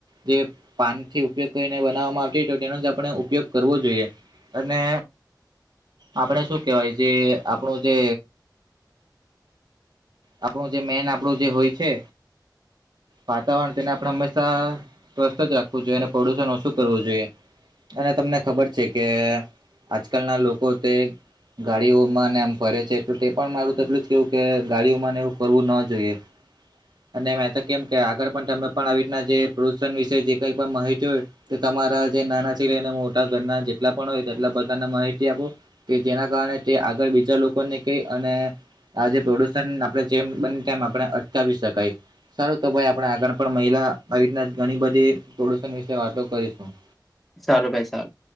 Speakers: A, on the right; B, in the centre.
A: જે પાનથી ઉપયોગ કરીને બનાવવામાં આવતી તો તેનો જ આપણે ઉપયોગ કરવો જોઈએ. અને આપણે શું કેહવાય જે આપણું જે આપણું જે મેન આપણું જે હોય છે વાતાવરણ તેને આપણે હંમેશા સવસ્થ જ રાખવું જોઈએ અને પ્રદુષણ ઓછું કરવું જોઈએ. અને તમને ખબર છે કે આજકાલના લોકો તે ગાડીઓમાં ને આમ ફરે છે તો તે પણ મારું તો એટલું જ કેવું કે ગાડીઓમાંને એવું ફરવું ન જોઈએ. અને મે તો કેમ કે આગળ પણ તમે પણ આવી રીતના જે પ્રદુષણ વિશે જે કઈ પણ માહિતી હોય તે તમારા જે નાના <unintelligible> ને મોટા ઘરના જેટલા પણ હોય તેટલા બધાને માહિતી આપો. કે જેના કારણે તે આગળ બીજા લોકોને કહે, અને આજે પ્રદુ ષણ આપણે જેમ બન તેમ આપણે અટકાવી શકાય. સારું તો ભાઈ આપણે આગળ પણ મહિલા આવી રીતના ઘણી બધી પ્રદૂષણ વિશે વાતો કરીશું.
B: સારું ભાઈ ચાલો.